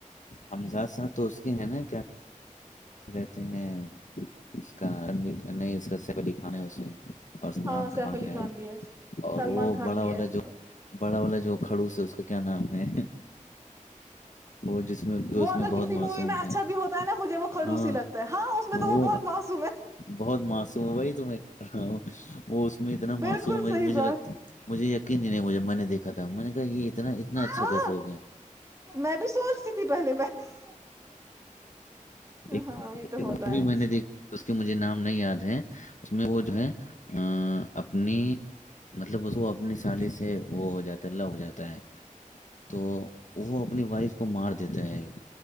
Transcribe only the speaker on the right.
ہاں
سیف علی
بھی
سلمان
خان
بھی
ہے
وہ
اگر
کسی
مووی میں اچھا
بھی ہوتا ہے نا مجھے وہ کھڑوسی
لگتا ہے ہاں اس میں
تو بہت معصوم ہے
بالکل
صحیح
بات
ہاں
میں بھی سوچتی تھی پہلے پہلے
ہاں یہ تو ہوتا
ہے